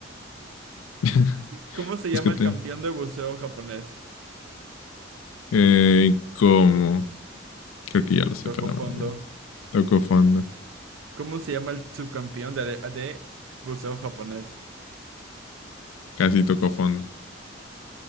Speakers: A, on the left; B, on the right.
A: <laughs>
B: ¿Cómo se llama
A: Búscate.
B: el campeón de buceo japonés?
A: Eh, ¿Cómo? Creo que ya lo separaban.
B: Toco fondo.
A: Tocó fondo.
B: ¿Cómo se llama el subcampeón de, are- de buceo japonés?
A: Casi tocó fondo.